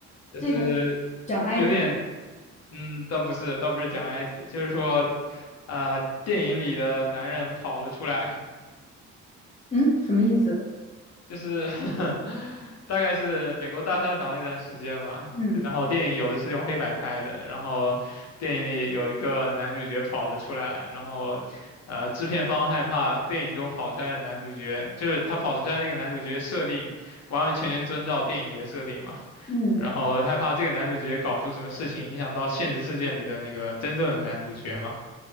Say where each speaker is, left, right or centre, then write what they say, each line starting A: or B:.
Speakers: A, on the left (about 60°); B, on the left (about 25°).
A: 就是有点。
B: 这个讲埃及？
A: 嗯，倒不是，倒不是讲埃及的就是说，呃，电影里的男人跑了出来，
B: 嗯，什么意思？
A: 就是 <laughs> 大概是美国大萧条那段时间嘛。
B: 嗯
A: 然后电影有的是用黑白拍的，然后电影里有一个男主角跑了出来，然后，呃，制片方害怕电影中跑出来的男主角，就是他跑出来那个男主角设定完完全全遵照电影里的设定嘛，
B: 嗯
A: 然后害怕这个男主角搞出什么事情影响到现实世界里的那个真正的男主角嘛。